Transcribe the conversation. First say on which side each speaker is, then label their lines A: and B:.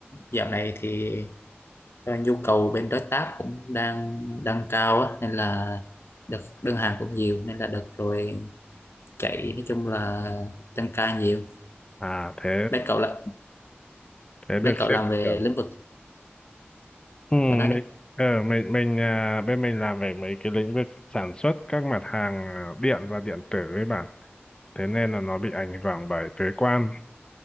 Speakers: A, on the left; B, on the left.
A: Dạo này thì do nhu cầu bên đối tác cũng đang đang cao á, nên là đợt đơn hàng cũng nhiều nên là đợt rồi chạy nói chung là tăng ca nhiều.
B: à thế
A: Bên cậu là
B: thế được
A: bên cậu
B: sếp
A: làm về
B: kiểu
A: lĩnh vực
B: Ừm,
A: của nó
B: mình
A: đấy.
B: ờ, mình mình à, bên mình làm về mấy cái lĩnh vực sản xuất các mặt hàng à, điện và điện tử với bạn thế nên là nó bị ảnh hưởng bởi thuế quan